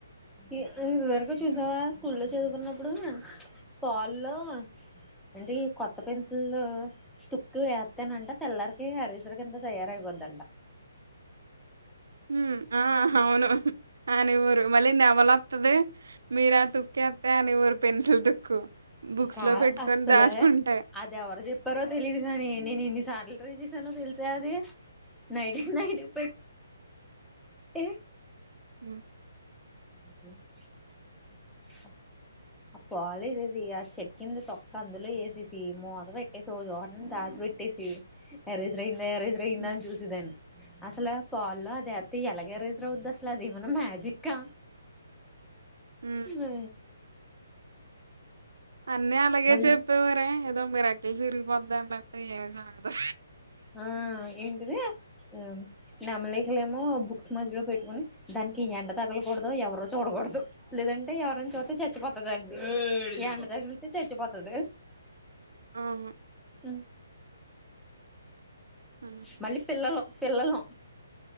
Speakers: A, in the centre; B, on the right.
A: ఈ ఈ ఇదివరకు చూసావా
B: హ్మ్.
A: స్కూల్లో చదువుకున్నప్పుడు కాల్ లో అంటే ఈ కొత్త పెన్సు తుక్కు వేస్తానంటే తెల్లరికి అరీసరికి ఎంత తయారయిపోద్ దంట
B: మ్ హ ఆ అవును ఆ అనేవారు మళ్లీ నెమలి వస్తది మీరు తుక్కెట్ట అనేవారు పెన్సిల్ తుక్కు బుక్స్‌లో
A: కా
B: పెట్టుకొని
A: అసలే
B: దాచుకుంటే.
A: అది ఎవరు చెప్పారో తెలీదు కాని నేను ఇన్ని సార్లు రాసేసాను తెలిసా అది నైట్ కి నైట్ పెట్ ఏ
B: ఉ
A: అ ఆ తొలిసేసి ఆ చెక్కింది తొక్క అందులో ఎసేసి మూత పెట్టేసి ఒక చోటన దాచ్ పెట్టేసి ఎరేజర్ అయిందా ఎరేజర్ అయిందా
B: హ్మ్.
A: అని చూసేదాన్ని అసలు పాల్లో అది ఎలాగే రైస్ అవుద్ది అసలు అది ఏమైనా మ్యాజికా
B: హ్మ్.
A: అయ్యో
B: అన్నీ అలాగే
A: మళ్ళీ
B: చెప్పేవారే ఏదో మిరాకిల్ జరిగిపోది అంట్ ఏం జరగదు
A: ఆ ఏంటిది ఆ నెమలికలేమో బుక్స్ మధ్యలో పెట్టుకుని దానికి ఎండ తగలకూడదు ఎవరు చూడకూ డద్దు లేదంటే ఎవరైనా చూస్తే చచ్చిపోతది ఎండ తగిలితే చచ్చిపోతది
B: అవును.
A: మ్
B: ఆ!
A: మళ్ళీ పిల్లలు పిల్లలు